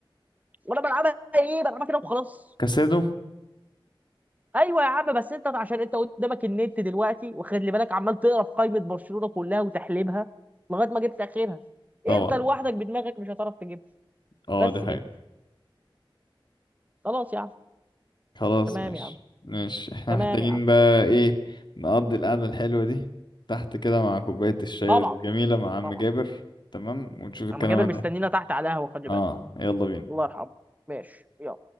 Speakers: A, on the right; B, on the left.
A: وانا بلعبها ايه بلعبها كده وخلاص
B: كاسادو
A: ايوه يا عم بس انت عشان انت قدامك النت دلوقتي وخلي بالك عمال تقرا في قائمه برشلونه كلها وتحليلها لغايه ما جبت اخرها
B: طبعا
A: انت لوحدك بدماغك مش هتعرف تجيبها
B: اه
A: بس
B: ده
A: كده خلاص يا عم
B: خلاص
A: تمام
B: مش
A: يا عم
B: مش <laughs> احنا
A: تمام
B: محتاجين
A: يا عم
B: بقى ايه نقضي القعدة الحلوة دي تحت كده مع كوباية الشاي
A: طبعا
B: الجميلة مع عم
A: طبعا
B: جابر تمام ونشوف الكلام
A: اما جابر مستنينا
B: ده
A: تحت على القهوه خلي
B: اه
A: بالك
B: يلا بينا
A: الله يرحمه ماشي يلا